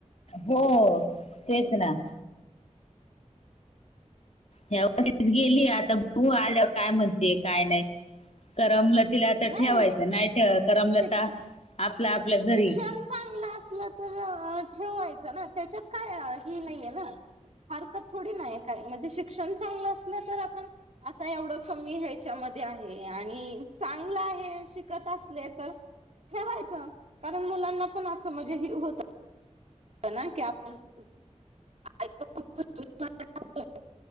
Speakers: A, on the left; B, on the right.
A: हो तेच ना. यावर्षीच गेली, आता बघू आल्यावर काय म्हणते काय नाही करमलं तिला आता
B: नाही
A: ठेवायचं. नाही ठेवा करमलं
B: शिक्ष
A: तर आपलं आपल्या घरी.
B: शिक्षण चांगलं असलं तर अ ठेवायचं ना, त्याच्यात काय हे नाहीये ना. हरकत थोडी ना आहे काय. म्हणजे शिक्षण चांगलं असलं तर आपण आता एवढं कमी ह्याच्यामधे आहे आणि चांगलं आहे, शिकत असले तर ठेवायचं, कारण मुलांना पण असं म्हणजे हे होत तना ना की आप <unintelligible>